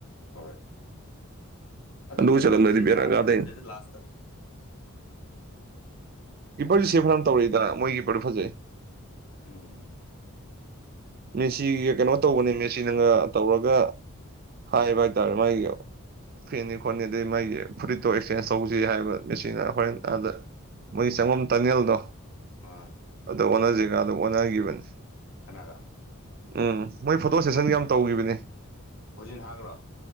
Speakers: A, on the left (about 65°); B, on the right (about 40°).
A: ꯍꯣꯏ
B: ꯑꯗꯨ
A: ꯂꯣꯏ
B: ꯆꯜꯂꯝꯗꯗꯤ
A: ꯃꯣꯏ ꯐ꯭ꯔꯤ
B: ꯕꯦꯔꯥ
A: ꯇꯥꯔꯛꯄ꯭ꯔꯥ
B: ꯀꯗꯣꯏꯅꯦ
A: ꯈꯪꯗꯦꯗ ꯂꯥꯁꯇ
B: ꯀꯤꯄꯔꯁꯨ ꯁꯦꯐ ꯐꯅꯥꯝ ꯇꯧꯔꯛꯏꯗꯥꯅ ꯃꯣꯏꯒꯤ ꯀꯤꯄꯔꯗꯨ ꯐꯖꯩ
A: ꯎꯝ
B: ꯃꯦꯁꯤꯒꯤꯒ ꯀꯩꯅꯣ ꯇꯧꯕꯅꯦ ꯃꯦꯁꯤꯅꯒ ꯇꯧꯔꯒ ꯍꯥꯏꯕ ꯍꯥꯏꯇꯥꯔꯦ ꯃꯥꯒꯤꯒ ꯐꯦꯟꯅꯤ ꯈꯣꯠꯅꯤ ꯑꯗꯩ ꯃꯥꯒꯤ ꯐꯨꯔꯤꯠꯇꯣ ꯑꯦꯛꯁꯆꯦꯟꯖ ꯇꯧꯁꯤ ꯍꯥꯏꯕ ꯃꯦꯁꯤꯅ ꯍꯣꯔꯦꯟ ꯑꯥꯗ ꯃꯣꯏꯒꯤ ꯆꯪꯐꯝ ꯇꯥꯅꯦꯜꯗꯣ
A: ꯃꯥ
B: ꯑꯗꯣ ꯑꯣꯟꯅꯖꯦꯒꯗꯣ ꯑꯣꯟꯅꯒꯤꯕꯅꯤ
A: ꯀꯅꯥꯒꯥ?
B: ꯎꯝ ꯃꯣꯏ ꯐꯣꯇꯣ ꯁꯦꯁꯟ ꯌꯥꯝ ꯇꯧꯒꯤꯕꯅꯦ
A: ꯚꯣꯖꯤꯟ ꯍꯥꯒ꯭ꯔꯣ